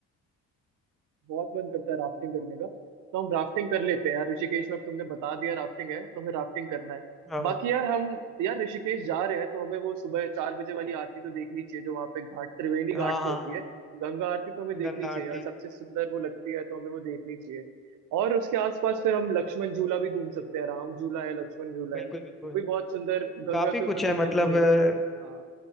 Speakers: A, on the right; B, in the centre.
A: बहुत मन करता है राफ्टिंग करने का तो हम राफ्टिंग कर लेते हैं यार ऋषिकेश में अब तुमने बता दिया राफ्टिंग है तो हमें राफ्टिंग करना है
B: हाँ
A: बाकी यार हम यार ऋषिकेश जा रहे हैं तो हमें वो सुबह चार बजे वाली आरती तो देखनी चाहिए जो वहाँ पे घाट त्रिवेणी
B: हाँ
A: घाट
B: हाँ
A: पे होती
B: हाँ
A: है गंगा आरती तो हमें देखनी
B: गंगा
A: चाहिए
B: आरती
A: यार सबसे सुंदर वो लगती है तो हमें वो देखनी चाहिए और उसके आसपास फिर हम लक्ष्मण झूला भी घूम सकते हैं राम झूला है लक्ष्मण झूला
B: बिल्कुल
A: है
B: बिल्कुल
A: वो भी बहुत सुंदर गंगा
B: काफी
A: के
B: कुछ
A: ऊपर वो
B: है
A: ब्रिज
B: मतलब
A: बने हुए
B: अ,
A: हैं हाँ